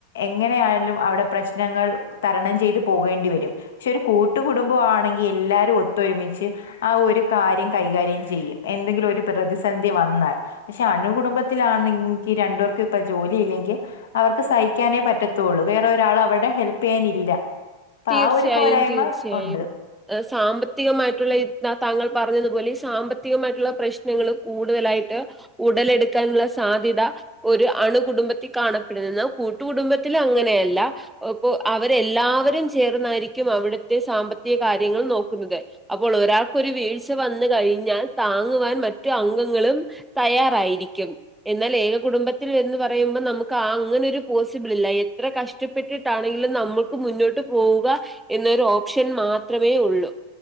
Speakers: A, on the left; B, in the centre.
A: എങ്ങനെയായാലും അവിടെ പ്രശ് നങ്ങൾ തരണം ചെയ്ത് പോകേണ്ടി വരും പക്ഷെ ഒരു കൂട്ടുക കുടുബമാണെങ്കിൽ എല്ലാവാരും ഒ ഒത്തെരുമിച്ച് ആ ഒരു കാര്യം കൈകാര്യം ചെയ്യും എന്തെങ്കിലും ഒരു പ്രതിസന്ധി വന്നാൽ പക്ഷെ. അണു കുടുംബത്തിലാണെങ്കി രണ്ട്പേർക്കും ഇപ്പ ജോലി ഇല്ലെങ്കിൽ അവർക്ക് സഹിക്കാനെ പറ്റത്തെള്ളൂ വേറെ ഒരാൾ അവിടെ ഹെൽപ് ചെയ്യാനില്ല അപ്പൊ
B: തീർച്യായും,
A: ആ ഒരു പോരായ്മ
B: തീർച്യായും,
A: ഉണ്ട്.
B: ഏ സാമ്പത്ത് ത്തീകമായിട്ടുള്ളയീ ആ താങ്കൾ പറഞ്ഞത് പോലെ, സാമ്പത്തികമായിട്ട്ള്ള പ്രശ്നങ്ങള് കൂട് തലായിട്ട് ഉണ് ഉടലെട്ക്കാന്ള്ള സാധിത, ഒര് അണ്കുടുംബത്തിക്കാണപ്പെടുന്നാ കൂട്ടുകുടുംബത്തിലങ്ങനെയല്ല് ടാ ഓപോ അവര് എല്ലാവരും ച് ചേർന്നായിരിക്കും അവിടുത്തെ സാമ്പത്തികാര്യങ്ങൾ നോക്കുന്നത്. അപ്പോൾ ഒരാൾക്കൊരു വീഴ്ച വന്ന് കഴി ഴിഞ്ഞാൽ താങ്ങുവാൻ മറ്റു അങ്ങങ്ങളും തയ്യാറായിരിയ്ക്കും. എന്നാൽ ഏക കുടുംബത്തിൽ എന്ന് പറയുമ്പം നം മക്ക്‌ ആ അങ്ങനൊരു പോസിബിൾ ഇല്ല. എത്ര കഷ്ടപ്പെട്ടിട്ടാണെങ്കിലും നമ്മുക്ക് മുന്നോട്ട് പോവുക, എന്നൊരു ഓപ്ഷൻ മാത്രമേ ഉള്ളൂ